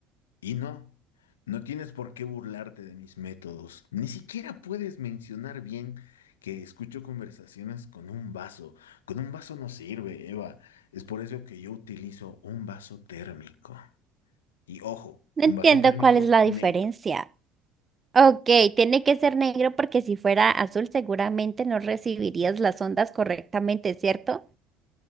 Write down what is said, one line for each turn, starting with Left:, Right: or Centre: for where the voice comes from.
Left: Y no, no tienes por qué burlarte de mis métodos, ni siquiera puedes mencionar bien que escucho conversaciones con un vaso. Con un vaso no sirve, Eva, es por eso que yo utilizo un vaso térmico. Y ojo,
Right: No entiendo
Left: un vaso térmico
Right: cuál es la diferencia.
Left: negro.
Right: Ok, tiene que ser negro porque si fuera azul seguramente no recibirías las ondas correctamente, ¿cierto?